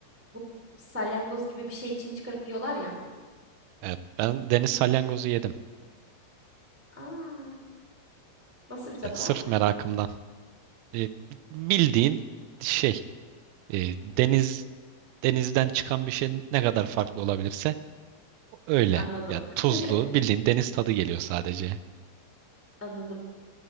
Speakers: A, in the centre; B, on the right (about 90°).
A: Bu salyangoz gibi bir şeyin için çıkarıp yiyorlar ya.
B: Evet, ben deniz salyangozu yedim.
A: Aa, nasıl bir tadı
B: E, sırf
A: var?
B: merakımdan. E, bildiğin şey e, deniz denizden çıkan bir şey ne kadar farklı olabilirse öyle.
A: Anladım.
B: Yani tuzlu
A: <laughs>
B: bildiğin deniz tadı geliyor sadece.
A: Anladım.